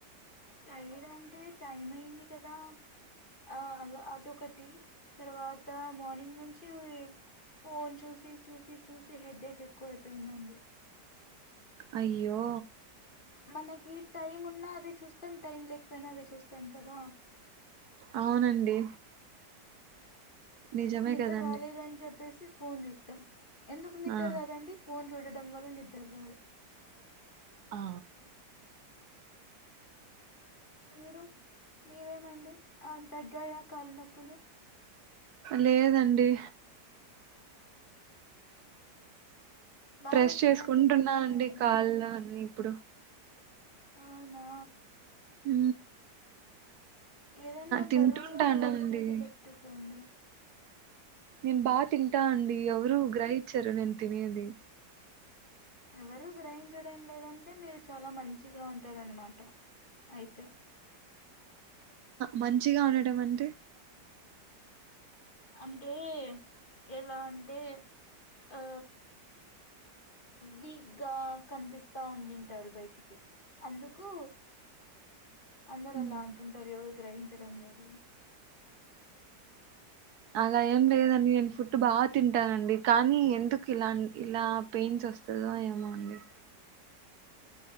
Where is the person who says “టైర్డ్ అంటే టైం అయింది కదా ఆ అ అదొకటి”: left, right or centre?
Left